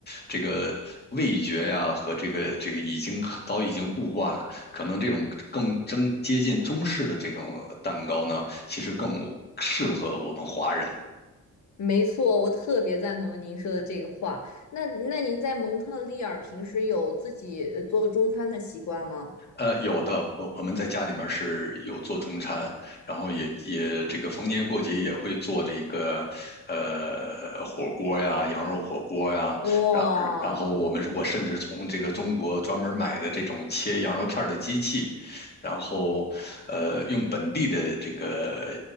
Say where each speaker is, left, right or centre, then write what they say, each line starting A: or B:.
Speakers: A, on the left; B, on the left.
A: 这个味觉呀和这个这个已经早已经固化了，可能这种更更接近中式的这种蛋糕呢，其实更适合我们华人。
B: 没错，我特别赞同您说的这个话。那那您在蒙特利尔平时有自己呃做中餐的习惯吗？
A: 呃，有的，我我们在家里面是有做中餐，然后也也这个逢年过节也会做这个，呃，火锅呀，羊肉火锅呀，
B: 哇
A: 然然后我们我甚至从这个中国专门买的这种切羊肉片儿的机器，然后呃用本地的这个